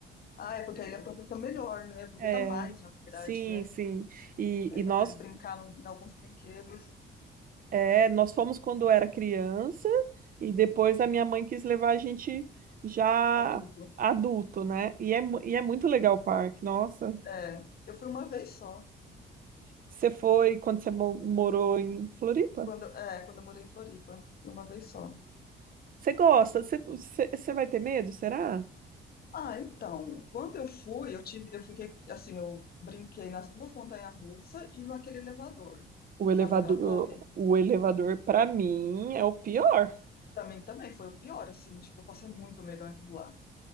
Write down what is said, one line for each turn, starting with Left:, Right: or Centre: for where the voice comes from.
Left: ah, é porque aí ele aproveita melhor, né? Aproveita
Right: É,
Left: mais, na verdade,
Right: sim,
Left: né?
Right: sim. E,
Left: Que
Right: e
Left: aí
Right: nós,
Left: dá pra ele brincar no- em alguns brinquedos.
Right: é, nós fomos quando era criança e depois a minha
Left: Uhum.
Right: mãe quis levar a gente já
Left: Adulto.
Right: adulto, né? E é, mu- e é muito legal o parque, nossa.
Left: É, eu fui uma vez só.
Right: Você foi quando você mo- morou em Floripa?
Left: Quando, é, quando eu morei em Floripa. Fui uma vez só.
Right: Você gosta? Você, você, você vai ter medo, será?
Left: Ah, então, quando eu fui, eu tive, eu fiquei assim, eu brinquei nas duas montanhas-russas e naquele elevador,
Right: O elevador,
Left: sabe aquela torre?
Right: o elevador para mim é o pior.
Left: Pra mim também foi o pior, assim, tipo, eu passei muito medo naquilo lá,